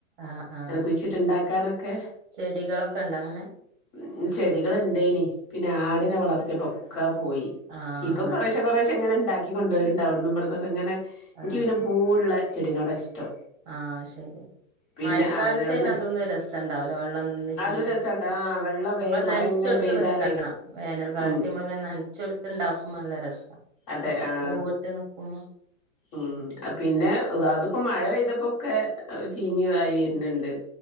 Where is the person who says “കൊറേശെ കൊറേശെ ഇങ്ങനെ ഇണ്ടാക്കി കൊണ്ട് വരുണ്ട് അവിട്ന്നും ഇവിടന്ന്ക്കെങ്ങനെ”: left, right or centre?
Left